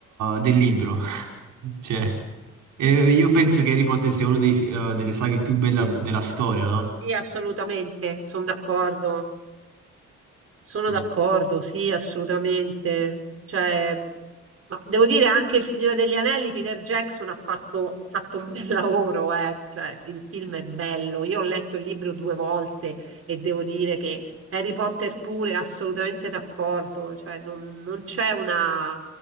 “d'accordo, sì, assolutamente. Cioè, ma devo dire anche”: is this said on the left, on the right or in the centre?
Right